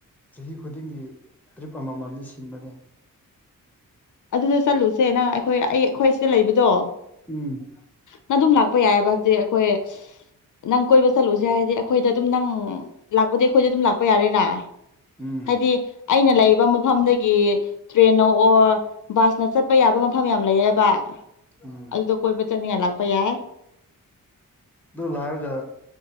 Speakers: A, in the centre; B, on the left.
A: ꯆꯍꯤ ꯈꯨꯗꯤꯡꯒꯤ ꯇ꯭ꯔꯤꯞ ꯑꯃꯃꯝꯗꯤ ꯁꯤꯟꯕꯅꯦ
B: ꯑꯗꯨꯗ ꯆꯠꯂꯨꯁꯦ ꯅꯪ ꯑꯩꯈꯣꯏ ꯑꯩ ꯑꯩꯈꯣꯏ ꯁꯤꯗ ꯂꯩꯕꯗꯣ
A: ꯎꯝ
B: ꯅ ꯑꯗꯨꯝ ꯂꯥꯛꯄ ꯌꯥꯏꯑꯕ ꯍꯥꯏꯕꯗꯤ ꯑꯩꯈꯣꯏ ꯅꯪ ꯀꯣꯏꯕ ꯆꯠꯂꯨꯁꯦ ꯍꯥꯏꯗꯤ ꯑꯩꯈꯣꯏꯗ ꯑꯗꯨꯝ ꯅꯪ ꯂꯥꯛꯄꯗꯤ ꯑꯩꯈꯣꯏꯗ ꯑꯗꯨꯝ ꯂꯥꯛꯄ ꯌꯥꯔꯦꯅꯥ
A: ꯎꯝ
B: ꯍꯥꯏꯗꯤ ꯑꯩꯅ ꯂꯩꯕ ꯃꯐꯝꯗꯒꯤ ꯇ꯭ꯔꯦꯅꯣ ꯑꯣꯔ ꯕꯥꯁꯅ ꯆꯠꯄ ꯌꯥꯕ ꯃꯐꯝ ꯌꯥꯝ ꯂꯩꯌꯦꯕ
A: ꯎꯝ
B: ꯑꯗꯨꯗꯣ ꯀꯣꯏꯕ ꯆꯠꯅꯤꯡꯉꯥꯏ ꯂꯥꯛꯄ ꯌꯥꯏ
A: ꯑꯗꯨ ꯂꯥꯛꯔꯒ